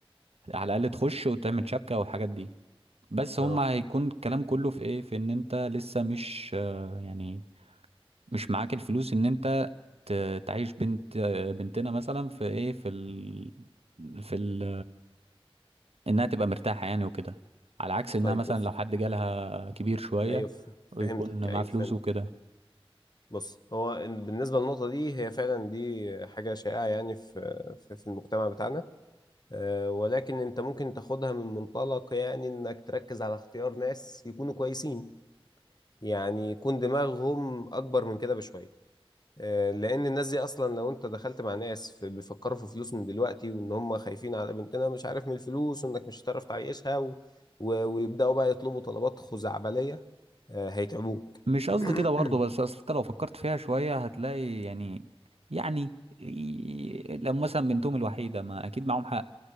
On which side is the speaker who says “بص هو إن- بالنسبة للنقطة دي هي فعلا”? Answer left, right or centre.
Left